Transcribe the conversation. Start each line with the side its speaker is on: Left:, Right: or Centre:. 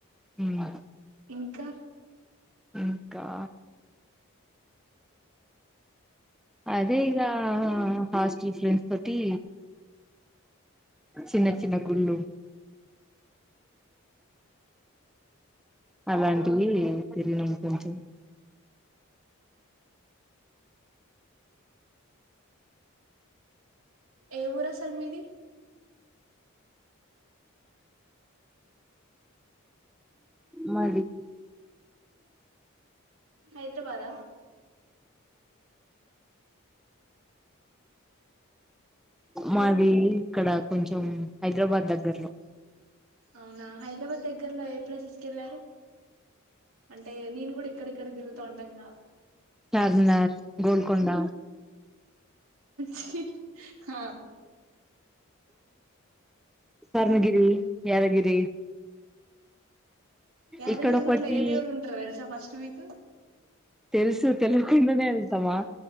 Centre: ఉమ్
Right: ఇంకా
Centre: ఇంకా అదే ఈగా హాస్టల్ ఫ్రెండ్స్ తోటి చిన్న చిన్న గుళ్ళు అలాంటివి తిరిగినం కొంచెం
Right: ఏ ఊరు అసలు మీది
Centre: మడి
Right: హైదరాబాదా
Centre: మాది
Right: ఏ
Centre: ఇక్కడా కొంచం హైదరాబాద్ దగ్గర్లో
Right: అవునా హైదరాబాద్ దగ్గరలో ఏ ప్లేసెస్కి వెళ్ళారు అంటే నేను కూడా ఇక్కడిక్కడ తిరుగుతా ఉంటాం క
Centre: చార్మినార్ గోల్కొండ
Right: చి హ
Centre: స్వర్ణ గిరి యాదగిరి
Right: యాదగిరి
Centre: ఇక్కడ ఒకటి
Right: గుట్లో ఏది కూడా ఉంటారు వెలుసా ఫస్ట్ మీకు
Centre: తెలుసు తెలకుండ నే వెళ్తామా